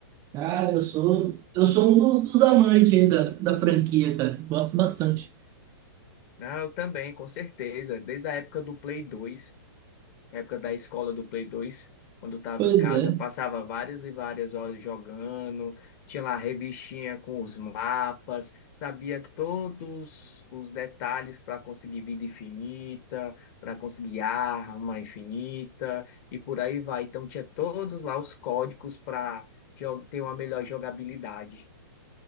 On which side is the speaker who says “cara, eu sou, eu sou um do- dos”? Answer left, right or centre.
Right